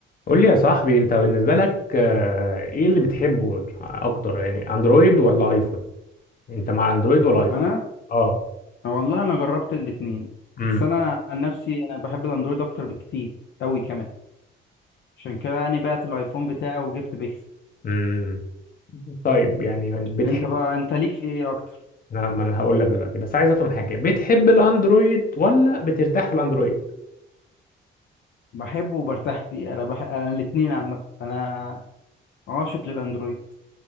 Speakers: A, on the left; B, on the left.
A: قول لي يا صاحبي انت بالنسبة لك آه، ايه اللي بتحبه اكتر يعني اندرويد ولا ايفون انت مع اندرويد ولا ايفون
B: انا
A: اه
B: والله انا جربت الاتنين
A: امم
B: بس انا عن نفسي انا بحب الاندرويد اكتر بكتير قوي كمان عشان كده يعني بعت الايفون بتاعي وجبت بيكسل
A: امم طيب يعني بتحب
B: انت بقى انت ليك في ايه اكتر
A: انا ما انا هقول لك دلوقتي بس عايز افهم حاجة بتحب الاندرويد ولا بترتاح في الاندرويد
B: بحبه وبرتاح فيه انا بحب انا الاتنين عامه انا عاشق للاندرويد